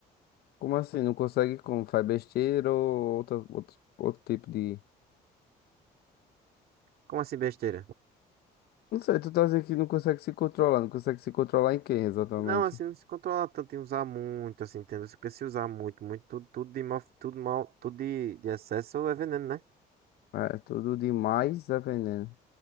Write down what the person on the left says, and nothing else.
Como assim? Não consegue como? Faz besteira ou outro, outro, outro tipo de.
Não sei, tu tá dizendo que não consegue se controlar. Não consegue se controlar em quem exatamente?
É, tudo demais é veneno.